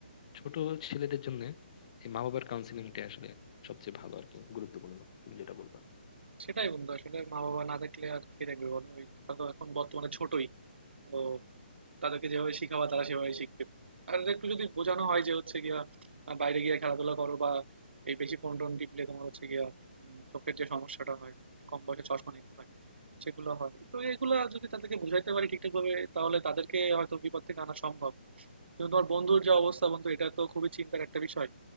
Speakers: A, on the left; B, on the right.
A: ছোট ছেলেদের জন্য এই মা বাবার কাউন্সিলিংটা আসলে সবচেয়ে ভালো আর কি গুরুত্বপূর্ণ তুমি যেটা বলবা
B: সেটাই বন্ধু আসলে মা বাবা না থাকলে আর কে দেখবে বলো ওই তারা তো এখন বর্তমানে ছোটই তো তাদেরকে যেভাবে শিখাবা তারা সেভাবে শিখবে আর একটু যদি বোঝানো হয় যে হচ্ছে গিয়া আহ, বাইরে গিয়ে খেলাধুলা করো বা এই বেশি ফোন টোন টিপলে তোমার হচ্ছে গিয়া উম, চোখের যে সমস্যাটা হয় কম বয়সে চশমা নিতে হয় সেগুলো হয় তো এগুলা যদি তাদেরকে বুঝাইতে পারি ঠিকঠাক ভাবে তাহলে তাদেরকে হয়তো বিপদ থেকে আনা সম্ভব কিন্তু তোমার বন্ধুর যে অবস্থা বন্ধু এটা তো খুবই চিন্তার একটা বিষয়